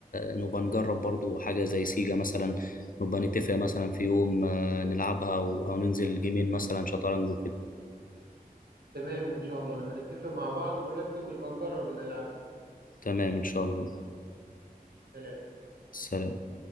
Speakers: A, on the left (about 60°); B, on the right (about 85°).
A: نبقى نجرب برضو حاجة زي سيجا مثلا نبقى نتفق مثلا في يوم آه، نلعبها أو... أو ننزل جيمين مثلا شطرنج وكده
B: تمام إن شاء الله نبقى نتفق مع بعض ونرتب ونبقى نجرب الألعاب دي.
A: تمام إن شاء الله
B: سلام
A: سلام